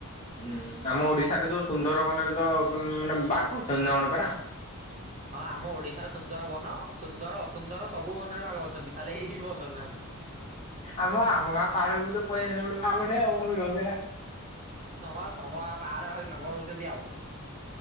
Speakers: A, on the left; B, on the right.
A: ହୁଁ ଆମ ଓଡିଶାରେ ଯୋଉ ସୁନ୍ଦରବନରେ ତ ମାନେ ବାଘ ଅଛନ୍ତି ନା କଣ ପରା?
B: ହଁ ଆମ ଓଡିଶାର ସୁନ୍ଦର ବନ ସୁନ୍ଦର ଅସୁନ୍ଦର ସବୁ ବନରେ ବାଘ ଅଛନ୍ତି। ଖାଲି ଏଇ ବନରେ ନାହାନ୍ତି।
A: ଆମ ଆମ ଗାଁ ପାହାଡକୁ ତ ପଳେଇ ଆସିଥିଲା ଗୋଟେ ବାଘ ଟେ ଆଉ ରହୁଥିଲା।
B: ତମ ଗାଁ, ତମ ଗାଁ ପାହାଡ ଖାଲି ବାଘ ରହୁଛନ୍ତି ଆଉ।